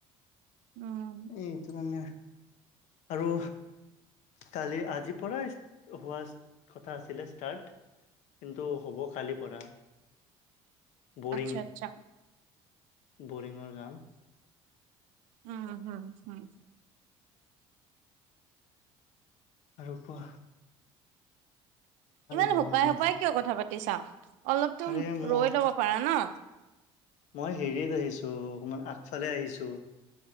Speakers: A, on the right; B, on the left.
A: উম
B: উম এইটো কাৰণে আৰু কালি আজিৰ পৰাই হোৱা কথা আছিলে ষ্টাৰ্ট কিন্তু হ'ব কালিৰ পৰা বৰিং
A: আচ্ছা আচ্ছা
B: বৰিঙৰ কাম
A: উম হম হম
B: আৰু কোৱা
A: ইমান
B: গৰম
A: সোপাই সোপাই
B: দিছে
A: কিয় কথা পাতি চা অলপতো
B: আৰে মই
A: ৰৈ লব পাৰা ন
B: মই হেৰিত আহিছো অকমান আগফালে আহিছো